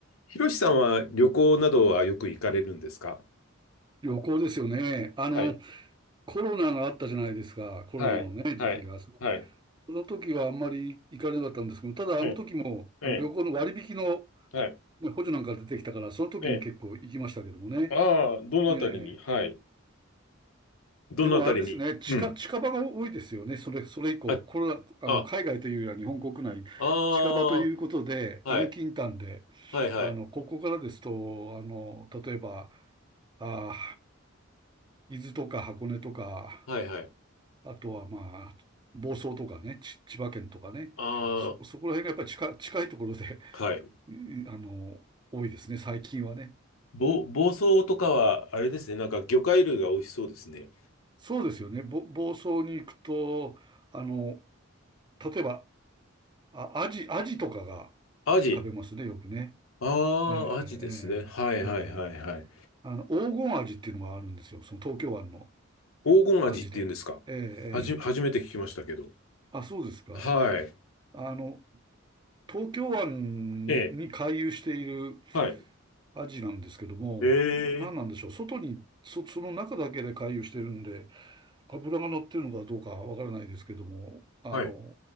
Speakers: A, on the left (about 80°); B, on the right (about 20°).
A: ひろしさんは旅行などはよく行かれるんですか
B: 旅行ですよね。あの、
A: はい、
B: コロナがあったじゃないですか。コロナのね、
A: はい、
B: 時期が。
A: はい、
B: その
A: はい、
B: その時はあんまり行かれなかったんですけど、ただあの時も、
A: ええ、ええ、
B: あの旅行の割引の、
A: はい、
B: ね、補助なんか出てきたから、その時に結構行きましたけどもね。
A: ええ。ああ、どのあたりにはい。
B: ええ
A: どのあたりにうん。
B: でもあれですね、近、近場が多いですよね。それ、それ以降、
A: あ、
B: コロナ、
A: あ、
B: あの、海外というよりは日本国内、
A: ああ、
B: 近場ということで、安近短で、
A: はい、はい、はい、
B: あの、ここからですと、あの、例えば、ああ、伊豆とか箱根とか、
A: はい、はい。
B: あとはまあ、房総とかね、ち千葉県とかね、
A: あ
B: そ、そこら辺がやっぱり近い、近いところで、
A: あ、はい。
B: <laughs> うんあの、多いですね、最近はね。
A: ぼ、房総とかは、あれですね、なんか魚介類が美味しそうですね。
B: そうですよね。ぼ房総に行くと、あの、例えば、あ、アジ、アジとかが
A: アジ。
B: 食べますね、よくね。
A: ああ、
B: えー
A: アジですね。はい、
B: えーえー
A: はい、はい、はい。
B: あの、黄金アジっていうのがあるんですよ。その東京湾の
A: 黄金アジって言うんですかはじ、
B: アジで。えーえー
A: 初めて聞きましたけど。
B: あ、そうですか。
A: はい。
B: あの、東京湾に回遊している
A: ええ。はい
B: アジなんですけども、
A: ええ
B: 何なんでしょう。外に、そ、その中だけで回遊してるんで、油が乗ってるのかどうかわからないですけども、あの、
A: はい。